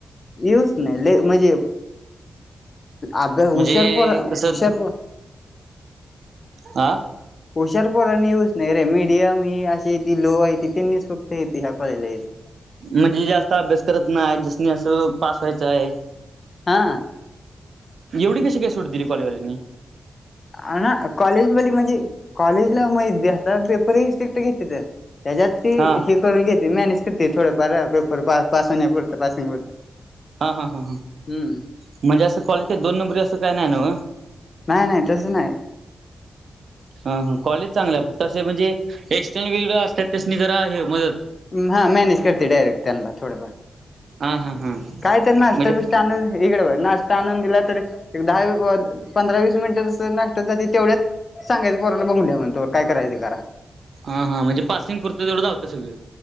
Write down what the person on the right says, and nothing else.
म्हणजे
कस
आ!
म्हणजे जास्त अभ्यास करत नाय, ज्यासनी असं पास व्हायचं आहे.
एवढी कशी काय सूट दिली कॉलेजवाल्यान.
हा
हां हां हां
म्हणजे असं कॉलेज काय दोन नंबरी, असं काय नाही नव्ह.
ह ह कॉलेज चांगलं आहे फक्त असं म्हणजे एक्स्टर्ली वेगळ असतात त्यासनी जरा हे मदत.
हा हा हा
म्हणजे
हा हां म्हणजे पासिंग पुरतं तेवढं दावत्या सगळं.